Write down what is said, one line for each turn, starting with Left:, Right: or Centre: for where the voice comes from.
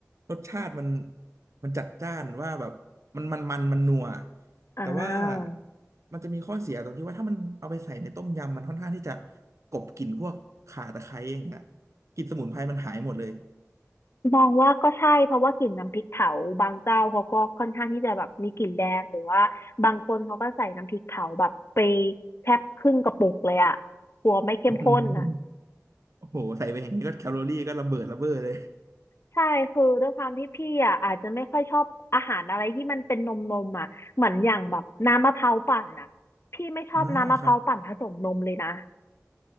Right: รสชาติมันมันจัดจ้านว่าแบบมันมันมันมันนัว
Left: อ่า
Right: แต่ว่ามันจะมีข้อเสียตรงที่ว่าถ้ามันเอาไปใส่ในต้มยำมันค่อนข้างที่จะกลบกลิ่นพวกข่าตะไคร้อย่างเงี้ยกลิ่นสมุนไพรมันหายหมดเลย
Left: มองว่าก็ใช่เพราะว่ากลิ่นน้ำพริกเผาบางเจ้าเขาก็ค่อนข้างที่จะแบบมีกลิ่นแรงหรือว่าบางคนเขาก็ใส่น้ำพริกเผาแบบไปแทบครึ่งกระปุกเลยอ่ะกลัวไม่เข้มข้นอ่ะ
Right: อืมโอ้โหใส่ไปอย่างนี้ก็แคลอรี่ก็ระเบิดระเบ้อเลย
Left: ใช่คือด้วยความที่พี่อ่ะอาจจะไม่ค่อยชอบอาหารอะไรที่มันเป็นนมนมอ่ะเหมือนอย่างแบบน้ำมะพร้าวปั่นอ่ะพี่ไม่ชอบน้ำมะพร้าวปั่นผสมนมเลยนะ
Right: อ่าครับ